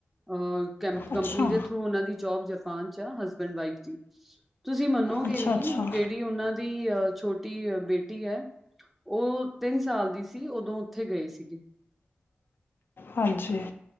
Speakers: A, in the centre; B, on the left.
A: ਅ
B: ਅੱਛਾ
A: ਕੰਪਨੀ ਦੇ ਥਰੂ ਉਹਨਾ ਦੀ ਜੋਬ ਜਪਾਨ ਚ ਆ, ਹਸਬੈਂਡ ਵਾਈਫ ਦੀ ਤੁਸੀਂ ਮੰਨੋਗੇ
B: ਅੱਛਾ
A: ਨੀ,
B: ਅੱਛਾ
A: ਜਿਹੜੀ ਉਹਨਾਂ ਦੀ ਅਹ ਛੋਟੀ ਬੇਟੀ ਹੈ, ਉਹ ਤਿੰਨ ਸਾਲ ਦੀ ਸੀ, ਉਦੋਂ ਉੱਥੇ ਗਏ ਸੀਗੇ
B: ਹਾਂਜੀ